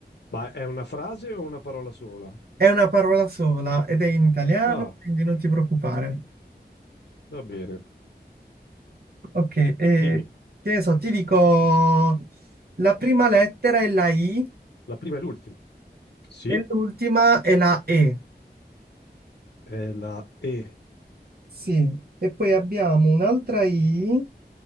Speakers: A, on the left; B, on the right.
A: Ma è una frase o una parola sola?
B: è una parola sola ed è in italiano,
A: Ah,
B: quindi non ti preoccupare.
A: va bene.
B: Ok, eh,
A: Dimmi,
B: che ne so, ti dico la prima lettera è la I
A: la prima e l'ultima. Sì,
B: e l'ultima è la E.
A: è la E.
B: Sì, e poi abbiamo un'altra I